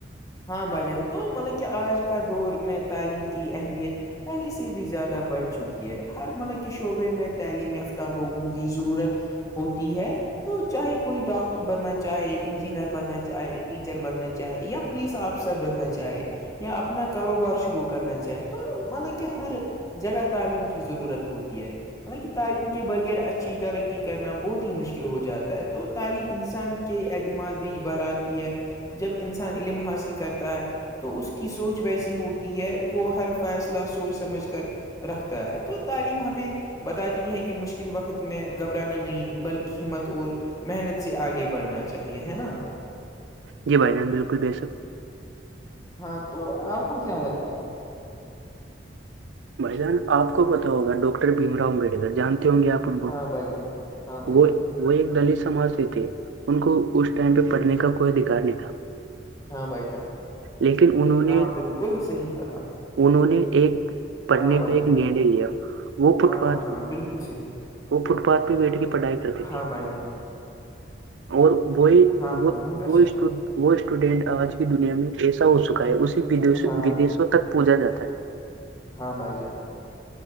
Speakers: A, on the left (about 20°); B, on the right (about 85°).
A: ہاں بھائی جان تو مطلب کہ آج کا دور میں تعلیم کی اہمیت پہلے سے بھی زیادہ بڑھ چکی ہے ہر ملک کے شعبے میں تعلیم یافتہ لوگوں کی ضرورت ہوتی ہے تو چاہے کوئی ڈاکٹر بننا چاہے انجینئر بننا چاہے ٹیچر بننا چاہے یا پولیس آفیسر بننا چاہے یا اپنا کاروبار شروع کرنا چاہے تو مطلب کہ ہر جگہ تعلیم کی ضرورت ہوتی ہے حلانکہ تعلیم کے بغیر اچھی ترقی کرنا بہت ہی مشکل ہو جاتا ہے تو تعلیم انسان کے اعتماد بھی بر آتی ہے جب انسان علم حاصل کرتا ہے تو اس کی سوچ ویسی ہوتی ہے وہ ہر فیصلہ سوچ سمجھ کر رکھتا ہے تو تعلیم ہمیں بتاتی ہے کہ مشکل وقت میں گھبرانا نہیں بلکہ ہمت اور محنت سے آگے بڑھنا چاہیے ہے نا
B: جی بھائی جان بالکل بے شک
A: ہاں تو آپ کو کیا لگتا ہے
B: بھائی جان آپ کو پتہ ہوگا ڈاکٹر بھیم راؤ امبیڈکر جانتے ہوں گے آپ کو
A: ہاں بھائی جان ہاں بھائی
B: وہ
A: جان
B: وہ ایک دلش سماج سے تھے ان کو اس ٹائم پہ پڑھنے کا کوئی ادھکار نہیں تھا
A: ہاں بھائی جان
B: لیکن انہوں نے
A: ہاں بالکل صحیح کہا
B: انہوں نے ایک پڑھنے
A: ہاں بھائی
B: کا ایک
A: جان
B: نے لیا وہ فٹ
A: ہاں
B: پھاتھ
A: ہاں بالکل صحیح
B: وہ فٹ پاتھ پے بیٹھ کے پڑھائی کرتے
A: ہاں
B: تھے
A: بھائی جان
B: اور وہی
A: ہاں
B: وہ
A: ہاں بہت اچھا
B: وہٹ وہ اسٹوڈینٹ آج کی دنیا میں ایسا ہو چکا ہے اسے ودیسوں
A: ہاں ہاں
B: تک پوھا جاتا ہے
A: ہاں بھائی جان